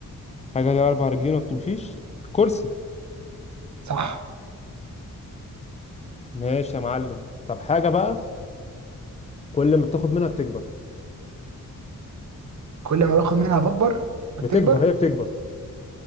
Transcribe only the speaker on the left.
حاجة ليها أربع رجلين وما بتمشيش كرسي
ماشي يا معلم طب حاجة بقى كل ما بتاخد منها بتكبر
بتكبر هي بتكبر